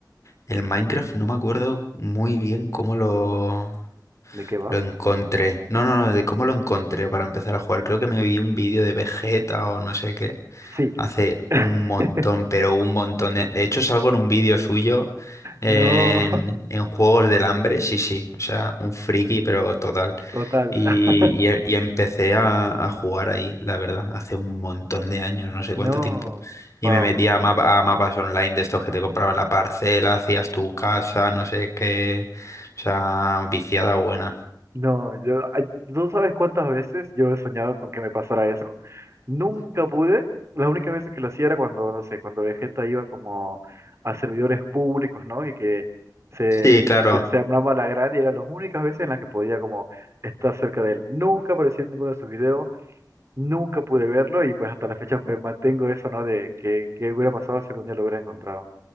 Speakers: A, on the left; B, on the right.
A: El Minecraft no me acuerdo muy bien cómo lo,
B: ¿De qué va?
A: lo encontré. No, no, no, de cómo lo encontré para empezar a jugar. Creo que me vi un vídeo de Vegeta o no sé qué.
B: Sí.
A: Hace
B: <laughs>
A: un montón, pero un montón. De, de hecho, salgo en un vídeo suyo en,
B: No,
A: en Juegos del Hambre. Sí, sí. O sea, un friki, pero total.
B: <laughs> total.
A: Y,
B: <laughs>
A: y, em, y empecé a, a jugar ahí, la verdad. Hace un montón de años, no sé
B: No,
A: cuánto tiempo. Y
B: wow.
A: me metía a, map- a mapas online de estos que te compraban la parcela, hacías tu casa, no sé qué. O sea, viciada buena.
B: No, yo, ay, tú sabes cuántas veces yo he soñado con que me pasara eso. Nunca pude. Las únicas veces que lo hacía era cuando, no sé, cuando Vegeta iba como a servidores públicos, ¿no? Y que se,
A: Sí,
B: se,
A: claro.
B: se, se armaba la grande y eran las únicas veces en las que podía como estar cerca de él. Nunca apareció en ninguno de sus videos, nunca pude verlo y pues hasta la fecha pues mantengo eso, ¿no? De que, que hubiera pasado si algún día lo hubiera encontrado.